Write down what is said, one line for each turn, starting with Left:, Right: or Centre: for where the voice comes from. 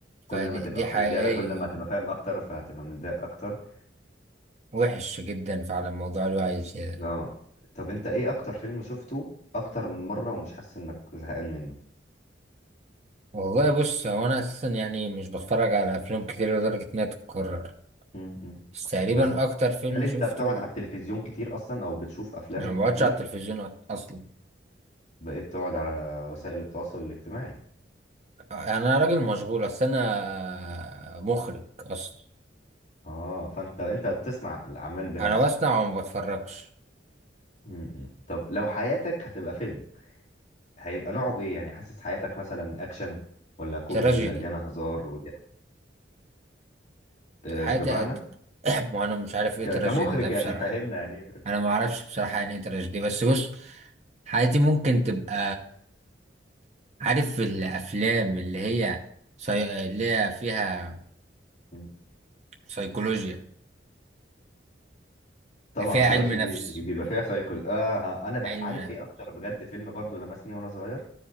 Left: كل
Right: فدي
Left: ما تبقى
Right: دي
Left: واعي
Right: حقيقية
Left: زياده كل ما
Right: آه.
Left: هتبقى فاهم اكتر فهتبقى متضايق اكتر
Right: وحش جدا فعلا موضوع الوعي زيادة
Left: اه طب انت ايه اكتر فيلم شفته اكتر من مره ومش حاسس انك زهقان منه
Right: والله بص هو أنا أساسا يعني مش بتفرج على أفلام كتير لدرجة إنها تتكرر
Left: مم. مم.
Right: بس تقريبا
Left: بس
Right: أكتر فيلم
Left: هل انت
Right: شفته
Left: بتقعد على التلفزيون كتير اصلا او بتشوف افلام
Right: يعني ما
Left: كتير
Right: بقعدش على التلفزيون أ- أصلا
Left: بقيت تقعد على وسائل التواصل الاجتماعي
Right: أنا راجل مشغول أصل أنا مخرج أصلا
Left: اه فانت انت بتسمع الاعمال بنفسك
Right: أنا بصنع وما بتفرجش
Left: مم. مم. طب لو حياتك هتبقى فيلم هيبقى نوعه ايه يعني حاسس حياتك مثلا اكشن ولا كوميدي
Right: تراجيدي
Left: مليانه هزار وضحك آه،
Right: حاجة
Left: بمعنى
Right: <clears throat> أت- وأنا مش عارف إيه
Left: ك-
Right: تراجيدي
Left: كمخرج
Right: ده بصراحة
Left: يعني فاهمنا يعني
Right: أنا ما أعرفش بصراحة يعني إيه تراجيدي بس بص حياتي ممكن تبقى عارف الأفلام اللي هي سي... اللي هي فيها
Left: مم.
Right: سيكولوجيا
Left: طبعا
Right: فيها
Left: تراشي
Right: علم نفس
Left: دي بيبقى فيها سايكل اه ها، انا بح...
Right: علم
Left: عارف
Right: نفس
Left: ايه اكتر بجد فيلم برضو لمسني وانا صغير